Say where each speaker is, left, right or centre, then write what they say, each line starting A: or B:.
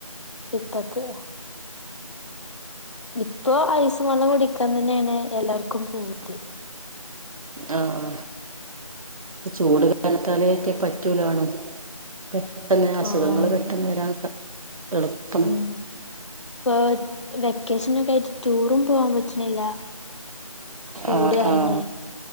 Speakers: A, on the left; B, on the right.
A: ഇപ്പത്തെ ഇപ്പൊ ഐസും വെള്ളം കുടിക്കാൻ തന്നെയാണ് എല്ലാർക്കും പൂതി
B: ആഹ് ചൂട് വേണത്താല ഒക്കെ പറ്റൂലാണോ പെട്ടെന്ന് അസുഖങ്ങള്
A: ആഹ്
B: പെട്ടെന്ന് വരാൻ എളുപ്പം
A: ഉം ഇപ്പൊ വെക്കേഷനൊക്കെ ആയിട്ട് ടൂറും പോവാൻ പറ്റണില്ല ചൂട്
B: ആഹ്
A: കാരണേ
B: ആഹ്